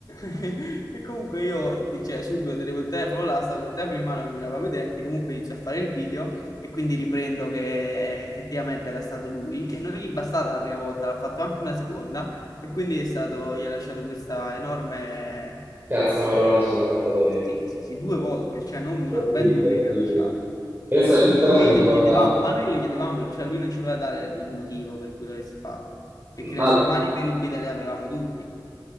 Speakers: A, on the left (about 55°); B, on the right (about 30°).
A: <laughs> E comunque io, cioè, subito tenevo il telefono là, stavo col telefono in mano che mi lavavo i denti, comunque inizio a fare il video e quindi riprendo che eh, effettivamente era stato lui e non gli è bastata la prima volta, l'ha fatto anche una seconda e quindi è stato, gli ha lasciato questa enorme
B: Piazza marrone sull'accappatoio.
A: sì, sì, sì, due volte, cioè non una,
B: Orribile,
A: ben due
B: orribile.
A: ne ha lasciate.
B: Pensa,
A: E comunque
B: questa cosa
A: noi
B: mi
A: glielo
B: guarda...
A: chiedevamo, ma noi glielo chiedevamo, cioè lui non ci voleva dare il motivo per cui l'avesse fatto, perché le
B: Ah,
A: asciugamani
B: beh.
A: per il bidet le avevamo tutti.